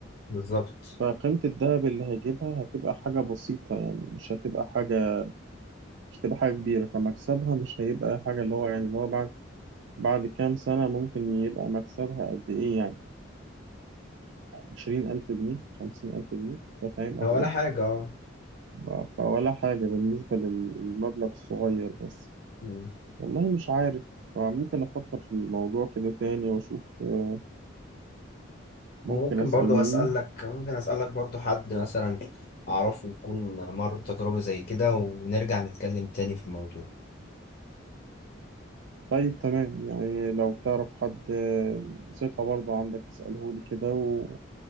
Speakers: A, on the left; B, on the right.
A: بالظبط
B: فقيمة الدهب اللي هيجيبها هتبقى حاجة بسيطة يعني مش هتبقى حاجة مش هتبقى حاجة كبيرة فمكسبها مش هيبقى حاجة اللي هو يعني اللي هو بعد بعد كام سنة ممكن يبقى مكسبها قد إيه يعني عشرين ألف جنيه خمسين ألف جنيه أنت فاهم قصدي؟
A: هو ولا حاجه اه
B: ف- فولا حاجة بالنسبة للمبلغ الصغير بس
A: امم.
B: والله مش عارف ممكن أفكر في الموضوع كده تاني وأشوف آه، ممكن
A: انا ممكن
B: أسأل
A: برضو
B: مين
A: اسالك ممكن اسالك برضو حد مثلا اعرفه يكون مر بتجربة زي كده ونرجع نتكلم تاني في الموضوع
B: طيب تمام يعني لو تعرف حد آه، ثقة برضه عندك اسأله لي كده و-